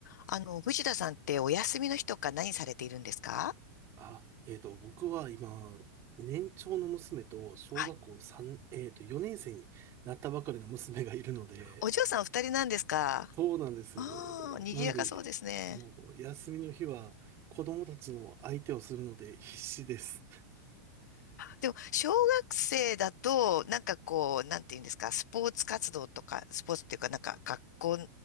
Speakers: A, on the left (about 75°); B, on the right (about 30°).
A: あの、藤田さんってお休みの日とか何されているんですか
B: あ、えっと、僕は今、年長の娘と小学校3、
A: はい。
B: えっと、4年生になったばかりの娘がいるので、
A: お嬢さんお二人なんですか
B: そうなんですよ。
A: ああー、賑やかそうですね。
B: なんで、もう休みの日は子供たちの相手をするので必死です。
A: でも、小学生だと、なんかこう、なんていうんですか、スポーツ活動とか、スポーツっていうか、なんか学校、ん